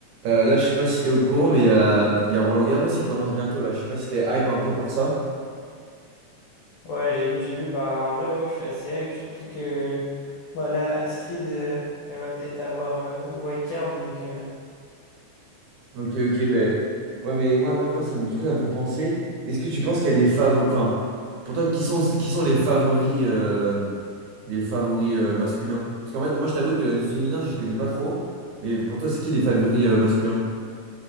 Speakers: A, on the right (about 75°); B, on the left (about 80°).
A: Euh, là, je sais pas si t'es au courant, mais euh, il y a Roland Garros qui commence bientôt là. Je sais pas si t'es hype un peu par ça.
B: Ouais, j'ai vu, j'ai vu. Bah, en vrai, ouais, je suis assez hype, surtout que bah, là, Astrid, euh, elle va peut-être avoir euh, Wildcard, donc euh,
A: Ok, ok, ben ouais, mais moi, moi, moi, ça me- du coup, ça me fait penser. Est-ce que tu penses qu'il y a des favoris, enfin, pour toi, qui sont qui sont les favoris, euh, les favoris euh, masculins? Parce qu'en fait, moi, je t'avoue que féminin, je connais pas trop. Mais pour toi, c'est qui les favoris euh, masculins?